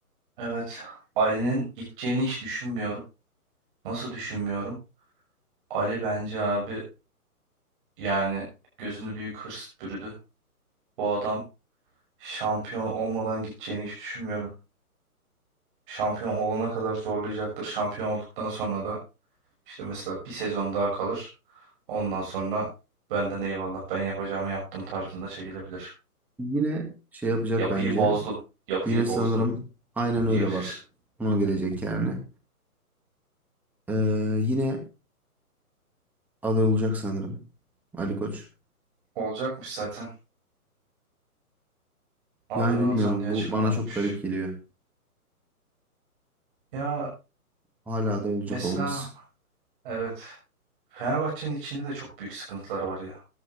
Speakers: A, on the right; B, in the centre.
A: evet Ali'nin gideceğini hiç düşünmüyorum. Nasıl düşünmüyorum? Ali bence abi yani gözünü büyük hırs bürüdü. Bu adam Şampiyon olmadan gideceğini hiç düşünmüyorum. Şampiyon olana kadar zorlayacaktır. Şampiyon olduktan sonra da işte mesela bir sezon daha kalır. Ondan sonra benden eyvallah ben yapacağımı yaptım tarzında çekilebilir.
B: Yine şey yapacak
A: Yapıyı
B: bence.
A: bozdum, yapıyı
B: Yine
A: bozdum
B: sanırım aynen öyle
A: diyebilir.
B: bak. Ona gelecek yani. Ee, yine aday olacak sanırım. Ali Koç.
A: Olacakmış zaten. Aday
B: Yani bilmiyorum.
A: olacağım diye açıklama
B: Bu bana
A: yapmış.
B: çok garip geliyor.
A: Ya
B: Hala aday olacak
A: mesela
B: olması.
A: evet Fenerbahçe'nin içinde de çok büyük sıkıntılar var ya.